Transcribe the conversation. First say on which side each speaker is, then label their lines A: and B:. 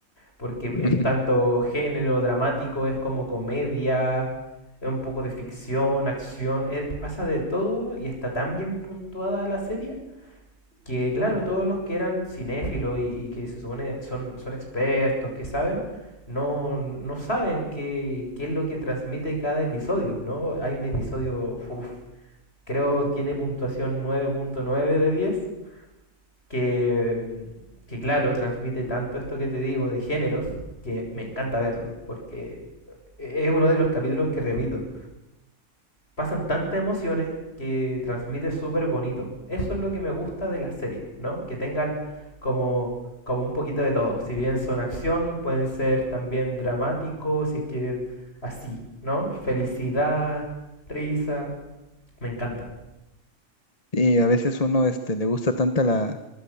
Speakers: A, on the left; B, on the left.
A: porque
B: <laughs>
A: es tanto género dramático, es como comedia, es un poco de ficción, acción, eh, pasa de todo y está tan bien puntuada la serie que, claro, todos los que eran cinéfilos y, y que se supone son, son expertos, que saben, no, no saben qué, qué es lo que transmite cada episodio, ¿no? Hay un episodio, uf, creo tiene puntuación nueve punto nueve de 10 que, mm, que claro, transmite tanto esto que te digo de géneros que me encanta verlo, porque e-, es uno de los capítulos que repito. Pasan tantas emociones que transmite súper bonito. Eso es lo que me gusta de las series, ¿no? Que tengan como, como un poquito de todo. Si bien son acción, pueden ser también dramáticos, si es que así, ¿no? Felicidad, risa, me encanta.
B: Y a veces uno este, le gusta tanta la,